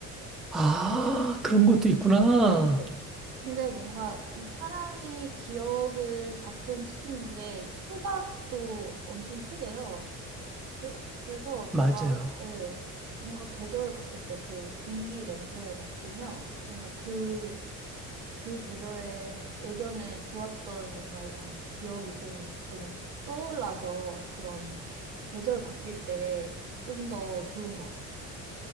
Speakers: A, in the centre; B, on the right.
A: 아, 그런
B: 네.
A: 것도 있구나.
B: 네. 근데 뭔가 이 사람이 기억을 작동시키는 게 후각도 엄청 크대요. 그래, 그래서 제가
A: 맞아요.
B: 네, 뭔가 계절을 바뀔 때 그 공기 냄새를 맡으면 뭔가 그, 그 계절에 예전에 좋았던 뭔가 이런 기억이 좀 저는 떠올라서 그런 계절 바뀔 때 좀 더 좋은 것 같아요.